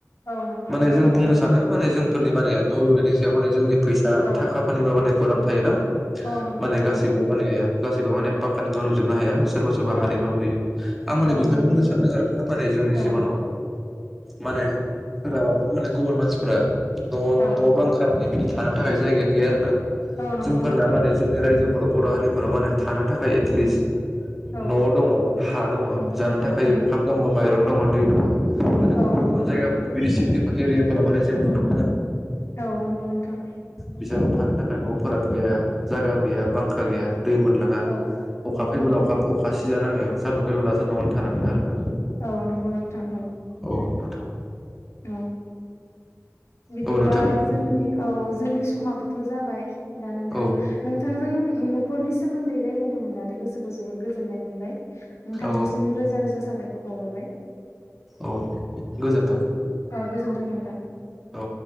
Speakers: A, on the left (about 60°); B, in the centre.
A: औ नंगौ
B: माने
A: नोंथां।
B: जों बुंनो सानो माने जोंफोरनि माने न' लुनायनि सायाव माने जोंनि फैसा
A: औ
B: थाखाफोरनिबो माने खौरां थायोना।
A: औ नंगौ
B: माने
A: नोंथां
B: गासिबो माने गाासिबो माने पाक्कानि न' लुजोबनो हाया। सोरबा सोरबा हानि
A: औ
B: न' लुयो। आं माने
A: औ
B: बेखौनो
A: नंगौ
B: बुंनो
A: नोंथां
B: सानदों आरोना माने जोंनि
A: औ
B: जिब'नाव। माने सोराबाफोर माने गुबुन मानसिफोरा न'
A: औ
B: न' बां खाबोदों बिदि था थानो थाखाय जायगायानो गैया आरोना।
A: औ नंगौ
B: जोंफोरना
A: नोंथां
B: माने जोंनि रायजो फोर बर' हारिफोरा मा होने थानो थाखाय एटलिस्ट
A: औ
B: न' दङ, हा दङ,
A: नंगौ
B: जानो
A: नोंथां
B: थाखाय
A: औ
B: ओंखाम दङ, माइरं दङ, दै दङ। माने गुबुन
A: औ नंगौ
B: गुबुन जायगाफोराव
A: नोंथां
B: बिदि सिटिफोर एरियाफोराव माने जों नुनो मो
A: औ नंगौ नोंथां।
B: बिसोर थानो थाखाय न'फोरानो गैया, जागा गैया, बांखा गैया। दै मोनलोङा।
A: औ
B: अखा
A: नंगौ
B: फैबोब्ला
A: नोंथां
B: अखा अखा सिजानाङो, सान्दुं फैबोब्ला सान्दुङावनो थानाङा आरोना।
A: औ नंगौ नोंथां औ।
B: औ नोंथां ओं।
A: औ। बिदिब्ला
B: औ नोंथां
A: जोंनि औ जोंनि समाबोथ' जाबाय। दा नोंथां,
B: औ
A: नोंथांजों न'खरनि सोमोन्दै रायलायनो मोननानै गोसोखौ जोबोद गोजोननाय मोनबाय। नोंथांनिसिम
B: औ
A: रोजा रोजा साबायखर बावहरबाय।
B: औ गोजोन्थों।
A: अह गोजोन्थों नोंथां।
B: औ।